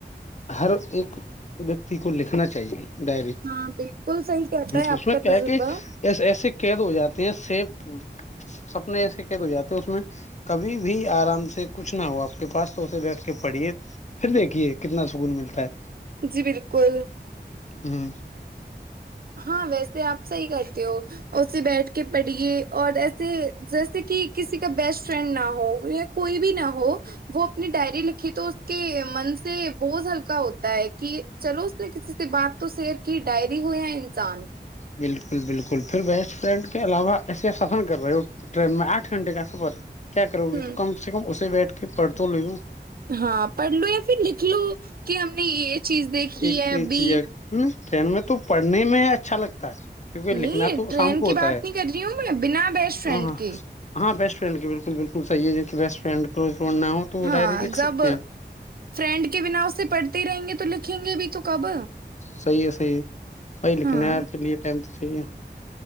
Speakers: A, on the left; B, on the right.
A: ہر ایک ویکتی کو لکھنا چاہیے ڈائری
B: ہاں بالکل صحیح کہتا ہے آپ
A: اس میں
B: کا
A: کیا
B: تجربہ
A: ہے کہ ایسے قید ہو جاتے ہیں س ہ سپنے ایسے قید ہو جاتے ہے اس میں کبھی بھی آرام سے کچھ نہ ہو آپ کے پاس تو اسے بیٹھ کے پڑھیے پھر دیکھیے کتنا سکون ملتا ہے
B: جی بالکل
A: ہوں
B: ہاں ویسے آپ صحیح کرتے ہو اسے بیٹھ کے پڑھیے اور ایسے جیسے کہ کسی کا بیسٹ فرینڈ نہ ہو ہو یا کوئی بھی نہ ہو وہ اپنی ڈائری لکھی تو اس کے من سے بوجھ ہلکا ہوتا ہے کہ چلو اس نے کسی سے بات تو شیئر کی ڈائری ہو یا چان
A: بالکل بالکل پھر بیسٹ فرینڈ کے علاوہ ایسے سفر کر رہے ہو ٹرین میں آٹھ گھنٹے کا سفر ہے کیا کرو گے
B: ہوں
A: تو کم سے کم اسے بیٹھے کے پڈھتو لےو
B: ہاں پڑھ لو یا پھر لکھ لو کہ ہم نے یہ چیز دیکھی
A: ایک
B: ہے
A: یہ
B: ابھی
A: چیز ہے ٹرین میں تو پڑھنے میں اچھا لگتا لگتا ہے کیونکہ لکھنا
B: نہیں
A: تو
B: ٹرین
A: شام کو
B: کی
A: ہوتا
B: بات
A: ہے
B: نہیں کر رہی ہوں میں بنا بیسٹ فرینڈ
A: ہاں ہاں
B: کے
A: ہاں بیسٹ فرینڈ کے بالکل بالکل صحیح ہے جن کی بیسٹ فریڈ کلوز فرینڈ نہ ہو تو وہ
B: ہاں
A: ڈائری لکھ
B: جب
A: سکتے ہیں
B: فرینڈ کے بنا اسے پڑھتے رہیں گے تو لکھیں گے بھی تو کب
A: صحیح ہے صحیح ہے ب لیکنیار
B: ہاں
A: کے لیے ٹم تو <unintelligible> ٹھیک ہے